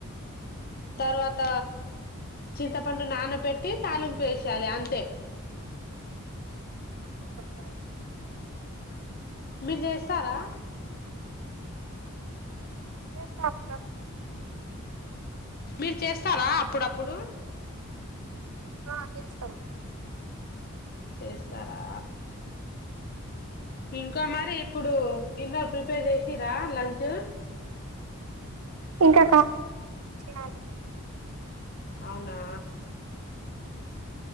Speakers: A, on the left; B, on the right.
A: తర్వాత చింతపండు నాన పెట్టి తాలింపు వేసెయలి అంతే
B: అంతేనా
A: మీరు చేస్తారా
B: చేస్త అప్పుడప్పుడు
A: మీరు చేస్తారా అప్పుడప్పుడు
B: ఆ చేస్తాం
A: చేస్తారా ఇంకా మరి ఇప్పుడు డిన్నర్ ప్రిపేర్ చేసిరా లంచ్
B: ఇంకా కాలేదు చేయాలి
A: అవునా